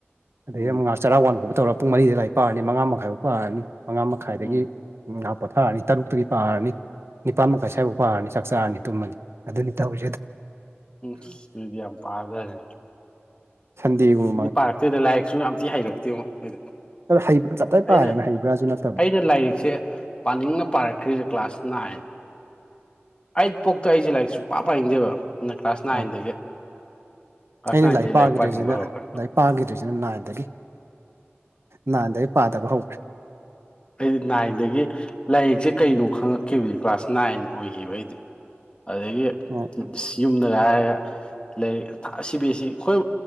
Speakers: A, on the right; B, on the left.
A: ꯑꯗꯗꯒꯤ
B: ꯎꯝ
A: ꯑꯃꯨꯛ ꯆꯔꯥꯛ ꯋꯥꯟꯒꯨꯝꯕ ꯇꯧꯔ ꯄꯨꯡ ꯃꯔꯤꯗ ꯂꯥꯏꯔꯤ ꯄꯥꯔꯅꯤ ꯃꯉꯥ ꯃꯈꯥꯏꯐꯥꯎ ꯄꯥꯔꯅꯤ ꯃꯉꯥ ꯃꯈꯥꯏꯗꯒꯤ
B: ꯎꯝ
A: ꯎꯝꯥꯎ ꯄꯊ ꯑꯅꯤ ꯇꯔꯨ ꯇꯒꯤ ꯄꯥꯔꯅꯤ ꯅꯤꯄꯥ ꯃꯈꯥꯏ ꯁ꯭ꯋꯥꯏꯐꯥꯎ ꯄꯥꯔꯅꯤ ꯆꯥꯛ ꯆꯥꯔꯅꯤ ꯇꯨꯝꯃꯅꯤ ꯑꯗꯨꯅꯤ ꯇꯧꯔꯤꯁꯦ ꯑꯗꯨ
B: ꯎꯝ ꯁꯤꯗꯤ ꯌꯥꯝ ꯄꯥꯖꯔ
A: ꯆꯟꯗꯤꯤꯒꯨ
B: ꯑꯗꯨꯗꯤ ꯄꯥꯔꯛꯇꯣꯏꯗ ꯂꯥꯏꯔꯤꯛꯁꯨ ꯌꯥꯝ ꯊꯤ ꯍꯩꯔꯛꯇꯦꯕ ꯃꯣꯏ
A: ꯍꯩꯕ ꯇꯞꯇꯥꯏ ꯄꯥꯔꯦꯅ
B: ꯑꯩꯅ
A: ꯍꯩꯕ꯭ꯔꯥꯁꯨ ꯅꯠꯇꯕ
B: ꯑꯩꯅ ꯂꯥꯏꯔꯤꯛꯁꯦ ꯄꯥꯅꯤꯡꯅ ꯄꯥꯔꯛꯈ꯭ꯔꯤꯁꯦ ꯀ꯭ꯂꯥꯁ ꯅꯥꯏꯟ ꯑꯩ ꯄꯣꯛꯇ ꯑꯩꯁꯦ ꯂꯥꯏꯔꯤꯛꯁꯨꯨꯡꯛ ꯄ ꯄꯥꯏꯅꯤꯡꯗꯦꯕ ꯅꯥꯏꯟꯗꯒꯤ
A: ꯑ
B: ꯀ꯭ꯂꯥꯁ
A: ꯑꯩꯅ
B: ꯅꯥꯏꯟꯗꯒꯤ
A: ꯂꯥꯏꯔꯤꯛ ꯄꯥꯈꯤꯗ꯭ꯔꯤꯁꯤꯅ
B: ꯄꯥꯅꯤꯡꯕ ꯍꯧꯔꯛꯈ꯭ꯔꯦ
A: ꯂꯥꯏꯔꯤꯛ ꯄꯥꯈꯤꯗ꯭ꯔꯤꯁꯤꯅ ꯂꯥꯏꯏꯗꯒꯤ ꯅꯥꯗ ꯑꯩ ꯄꯥꯗꯕ ꯍꯧꯈ꯭ꯔꯦ
B: ꯑꯩꯗꯤ ꯅꯥꯏꯟꯗꯒꯤ ꯂꯥꯏꯔꯤꯛꯁꯦ ꯀꯩꯅꯣ ꯈꯪꯉꯛꯈꯤꯕꯅꯤ ꯀ꯭ꯂꯥꯁ ꯅꯥꯏꯟ ꯑꯣꯏ ꯀꯈꯤꯕꯩꯗꯤ ꯑꯗꯒꯤ
A: ꯎ
B: ꯌꯨꯝꯗꯒ ꯍꯥꯏꯔꯒ ꯂꯥꯏꯔꯤꯛ ꯑꯁꯤꯕꯤ ꯑꯁꯤ ꯑꯩꯈꯣꯏ